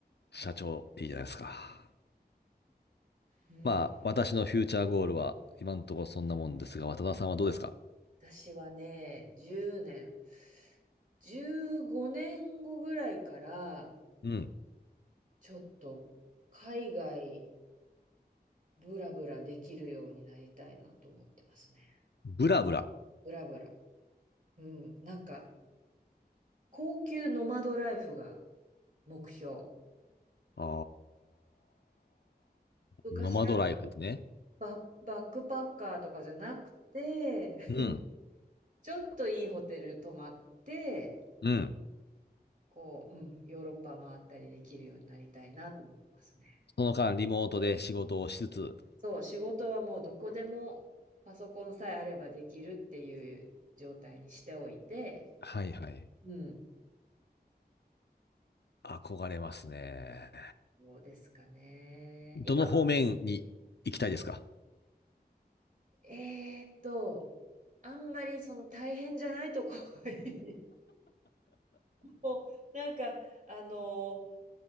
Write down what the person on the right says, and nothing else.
うん、
うん
私はね、10年、15年後ぐらいから、
ちょっと海外ブラブラできるようになりたいなと思ってますね。
ブラブラ。うん、なんか、高級ノマドライフが目標。
昔は
バ、バックパッカーとかじゃなくて、<laughs>
ちょっといいホテル泊まって、
こう、うん、ヨーロッパ回ったりできるようになりたいなと思いますね。
そう、仕事はもうどこでもパソコンさえあればできるっていう状態にしておいて、
うん、
そうですかね。
今、えーっと、あんまりその大変じゃないとこ <laughs> もうなんかあの